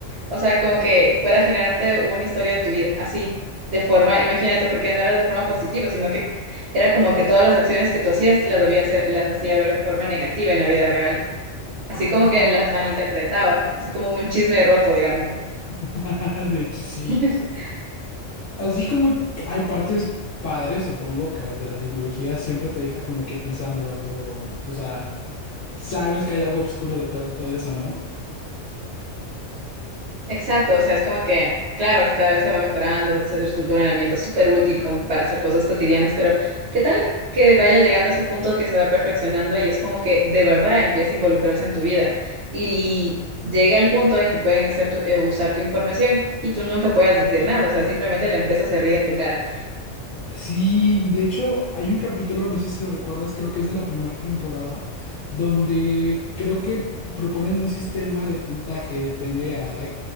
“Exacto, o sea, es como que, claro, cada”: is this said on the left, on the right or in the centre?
Right